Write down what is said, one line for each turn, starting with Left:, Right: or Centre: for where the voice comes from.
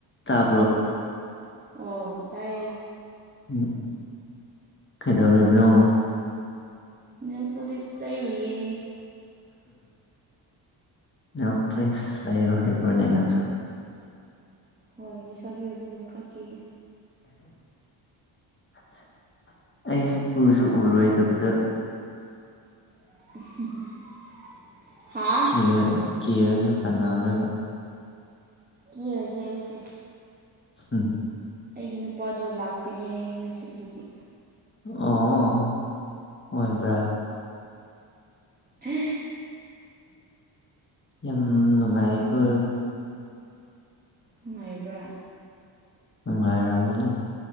Left: ꯇꯕꯔꯣ
Right: ꯑꯣ ꯇꯥꯏ
Left: ꯎꯝ ꯀꯩꯗꯧꯔꯤꯕꯅꯣ
Right: ꯅꯦꯜ ꯄꯨꯂꯤꯁ ꯇꯩꯔꯤꯩ
Left: ꯅ ꯐ꯭ꯔꯦꯕꯕꯅꯦ ꯂꯥꯛꯁ <unintelligible>
Right: ꯍꯣꯏ ꯂꯩꯁꯥꯕꯤ ꯑꯣꯏꯕꯅꯤꯅ ꯈꯔ ꯀꯦꯒꯦ
Left: <inaudible> ꯑꯩ ꯎꯁꯨ ꯎꯔꯣꯏꯗꯕꯗ
Right: <inaudible> ꯍꯥ
Left: ꯦ ꯀꯦꯔꯁꯨ ꯀꯅꯔꯣꯏꯕ
Right: ꯀꯦꯔꯒꯦ ꯑꯩꯁꯦ
Left: ꯍꯝ
Right: ꯑꯩꯒꯤ ꯅꯨꯄꯥꯗꯣ ꯂꯥꯛꯀꯅꯤ ꯍꯌꯦꯡ ꯉꯁꯤ ꯑꯗꯨꯒꯤ
Left: ꯑꯣ ꯑꯣꯏꯣꯏꯕ꯭ꯔꯥ
Right: ꯑ
Left: ꯌꯥꯝ ꯅꯨꯡꯉꯥꯏꯀꯣ
Right: ꯅꯨꯡꯉꯥꯏꯕ꯭ꯔꯥ
Left: ꯃꯥꯏꯔꯃꯅꯤ